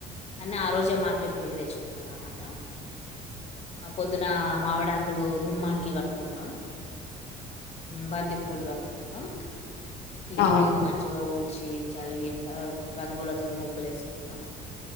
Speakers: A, on the left; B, on the left.
A: అన్న ఆ రోజే మార్కెట్కి ఏళ్ళి తెచ్చు అన్నమాట ఆ పొద్దున మామిడాకులు గుమ్మాని కి కట్టుకుంటాం బంది పూలు గాట్టు కుంటాం ఇంటి
B: అవును అవును అవును
A: ముందు మంచిగా ఊడ్సి చల్లి రంగుల తోని ముగ్గులు వెస్తు ఉంటాం